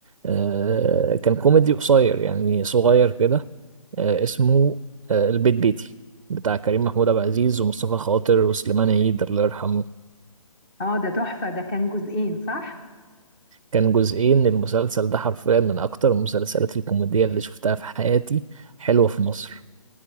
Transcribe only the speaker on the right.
آه، كان كوميدي قصير يعني صغير كده آه، اسمه آه، البيت بيتي بتاع كريم محمود عبد العزيز ومصطفى خاطر وسليمان عيد الله يرحمه
كان جزئين المسلسل ده حرفيا من اكتر المسلسلات الكوميدية اللي شفتها في حياتي حلوة في مصر